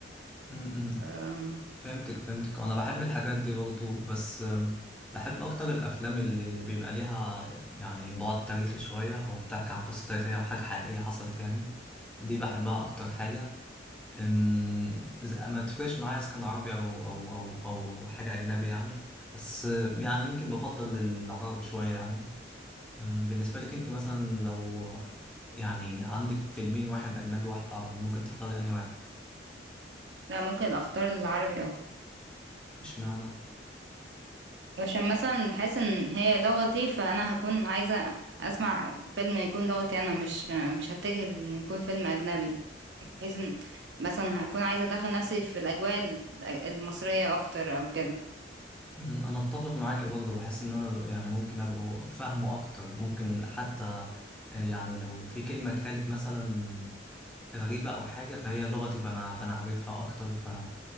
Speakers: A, in the centre; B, on the right.
A: م- م.
B: آم،
A: فهمتك فهمتك انا بحب الحاجات دي برضو بس آم، بحب اكتر الافلام اللي اللي بيبقى ليها يعني بعد تاريخي شويه او بتحكي عن قصه تاريخيه او حاجه حقيقيه حصلت يعني دي بحبها اكتر حاجه أم، إذا- ما تفرقش معايا اذا كان عربي او او او او حاجه اجنبي يعني بس أه، يعني يمكن بفضل العربي شويه يعني أم، بالنسبه لك انت مثلا لو يعني عندك فيلمين واحد اجنبي واحد عربي ممكن تحضري انهي واحد
B: لا ممكن اختار العربي
A: مش معنى
B: علشان مثلا حاسس ان هي لغتي فانا هكون عايزة اسمع فيلم يكون لغتي انا مش مش هتجه ان يكون فيلم اجنبي بحيث ان مثلا هكون عايزة ادخل نفسي في الاجواء ال- المصرية اكتر او كده
A: مم، انا اتفق معاك برضه بحس ان انا يعني ممكن ابقى فاهمه اكتر ممكن حتى آه، يعني لو في كلمه اتقالت مثلا غريبه او حاجه فهي لغتي فانا فانا عارفها اكتر ف او